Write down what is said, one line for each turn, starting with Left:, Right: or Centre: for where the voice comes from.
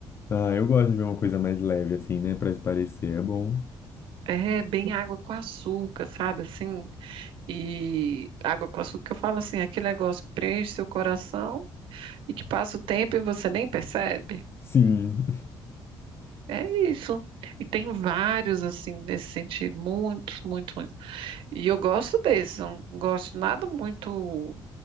Left: Ah, eu gosto de ver uma coisa mais leve, assim, né? Pra espairecer, é bom.
Right: É bem água com açúcar, sabe assim? E água com açúcar, eu falo assim, aquele negócio que preenche seu coração e que passa o tempo e você nem percebe.
Left: Sim.
Right: É isso. E tem vários, assim, nesse sentido, muitos, muitos, muitos. E eu gosto desse, não gosto nada muito,